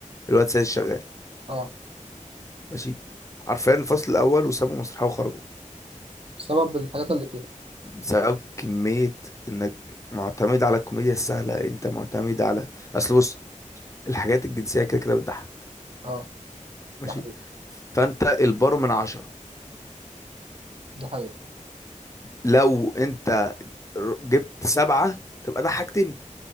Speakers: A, on the left; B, on the right.
A: الواد سيد الشغال
B: اه
A: ماشي حرفيا الفصل الاول وسابوا مسرحيه وخرجوا
B: بسبب الحاجات اللي فيها
A: بسبب كميه انك معتمد على الكوميديا السهله انت معتمد على اصل بص الحاجات الجنسيه كده كده بتضحك
B: اه
A: ماشي
B: ده حقيقي
A: فانت البار من عشرة
B: ده حقيقي
A: لو انت ر- جبت سبعة تبقى ضحكتني